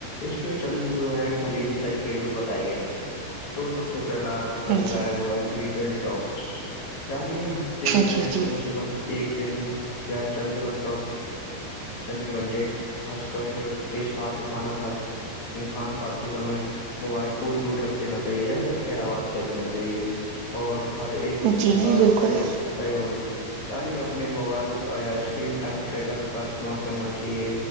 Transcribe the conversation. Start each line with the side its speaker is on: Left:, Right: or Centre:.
Left: اس کے چند جو ہے خلیدی طریقے جو بتائے گئے ہیں تو سب سے پہلا آ جو طریق
Right: ہے جی
Left: گائے بہڈ ٹی ٹاک یعنی ت میں
Right: جی جی
Left: کم سے کم ایک دن ہی یا چند گھنٹوں چند گھنٹے خاص کر کے ساتھ کھانا کھ کھانا کھاتے سمے موبائل کو دور رکھ دینا چاہیے یا پھر کراواد کہ دینا چاہیے صحی ہے اور ہ یہ وقت
Right: جی
Left: کا
Right: جی بالکل
Left: ت تی یعنی اپنے موبائل یا اسکرین ٹائم ٹریکر کا استعمال کرنا چاہیے